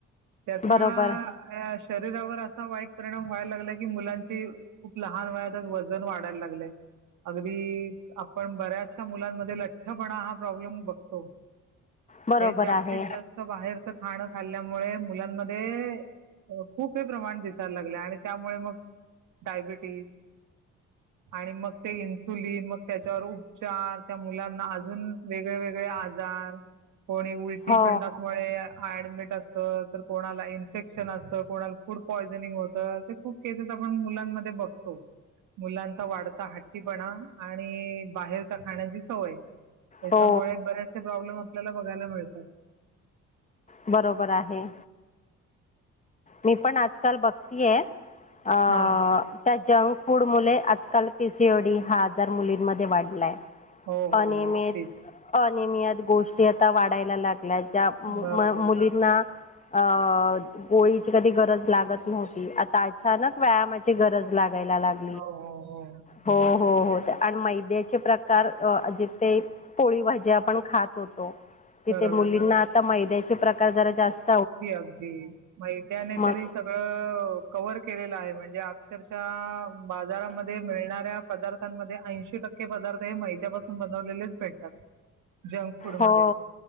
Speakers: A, on the right; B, on the left.
A: त्याचा
B: बरोबर
A: शरीरावर अ असा वाईट परिणाम व्हायला लागला की मुलांचे खूप लहान वयातच वजन वाढायला लागलय अगदी आपण बऱ्याचशा मुलांमध्ये लठ्ठपणा हा प्रॉब्लेम बघ हो
B: बरोबर
A: हे जास्तीत
B: आहे
A: जास्त बाहेरच खाणं खाल्ल्यामुळे मुलांमध्ये खूप हे प्रमाण लागल आणि त्यामुळे मग डायबेटिस आणि मग ते इन्सुलिन मग त्याच्यावर उपचार त्या मुलांना अजून वेगळे वेगळे आजा जार कोणी उल ती
B: हो
A: संडामुळे ऍडमिट असत तर कोणाला इन्फेक्शन असत कोणाला फुड पॉयझनिंग होतं असे खूप केसेस आपण मुलांमध्ये बघतो मुलांचा वाढता हट्टीपणा आणि बाहेरच्या खाण्याची सवय त्याच्यामुळे
B: हो
A: बरेचसे प्रॉब्लेम आपल्याला बघायला मिळतात
B: बरोबर आहे. मी पण आजकाल बघतीय अ
A: हा
B: त्या जंक फूड मुले आजकाल पीसीओडी हा हजार मुलींमध्ये वाढलाय
A: हो हो
B: अनियमित
A: हो अगदीच
B: अनियमित गोष्टी आता वाढायला लागल्या ज्या
A: बरोबर
B: ना अ गोळीची कधी गरज लागत नव्हती आता अचानक व्यायामाची गरज लागायला लागली
A: हो हो हो
B: हो हो हो आणि मैद्याचे प्रकार जिथे पोळी भाजी आपणं खातं होतों तिथे
A: बरोबर
B: मुलींना आता मैद्याचे प्रकार जरा जास्तं
A: अगदीं अगदीं मैदयांने
B: मग
A: तरी सगळं कव्हर केलेलं आहे म्हणजे अक्षरशः बाजारांमध्ये मिळणाऱ्या पदार्थांमंध्ये ऐंशी टक्के ईतके पदार्थ हे मैद्यापासून बनवलेलेच भेटतांत जंक फूड
B: हो
A: मध्ये